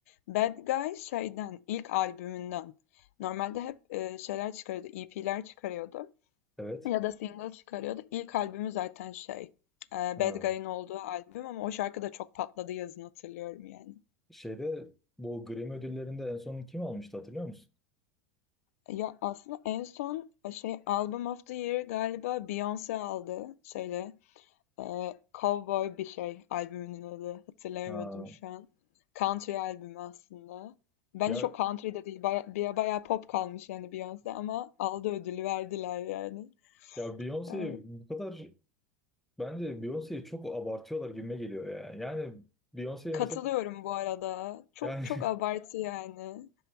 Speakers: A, on the left; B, in the centre.
A: Bad Guy şeyden, ilk albümünden. Normalde hep e, şeyler çıkarıyordu, EP'ler çıkarıyordu.
B: Evet.
A: Ya da single çıkarıyordu. İlk albümü zaten şey, e, Bad
B: Ha.
A: Guy'ın olduğu albüm ama o şarkı da çok patladı yazın hatırlıyorum yani.
B: Şeyde bu Grammy ödüllerinde en son kim almıştı hatırlıyor musun?
A: Ya aslında en son e, şey Album of the Year galiba Beyoncé aldı şeyle Eee, Cowboy bir şey albümünün adı. Hatırlayamadım
B: Ha.
A: şu an. Country albümü aslında. Bence
B: Ya,
A: çok country de değil. Baya, bir- bayağı pop kalmış yani Beyoncé ama aldı ödülü verdiler yani.
B: ya Beyoncé
A: Eee,
B: bu kadar bence Beyoncé'yi çok abartıyorlar gibime geliyor ya. Yani Beyoncé
A: katılıyorum
B: mesela
A: bu arada. Çok
B: yani
A: çok abartı yani.